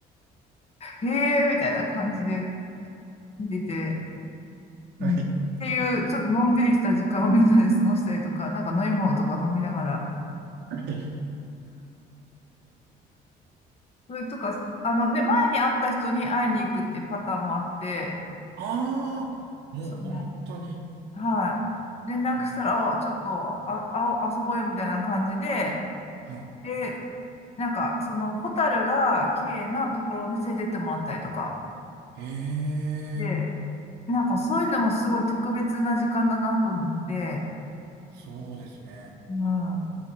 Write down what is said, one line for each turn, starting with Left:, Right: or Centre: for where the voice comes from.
Left: へえ、みたいな感じで見てて、
Right: はい。
Left: うんっていう、ちょっとのんびりした時間をみんなで過ごしたりとか、なんか飲み物とか飲みながら、
Right: はい。
Left: それとか、あのね、前に会った人に会いに行くっていうパターンもあって、
Right: ああ、もう本当に。
Left: その、はい。連絡したら、
Right: うん、
Left: あちょっと、あ、あ、遊ぼうよみたいな感じで、
Right: はい。
Left: で、なんか、その、ホタルが綺麗なところに連れてってもらったりとか。
Right: ええ
Left: で、なんかそういうのもすごい特別な時間だなと思って、
Right: そうですね。
Left: うん。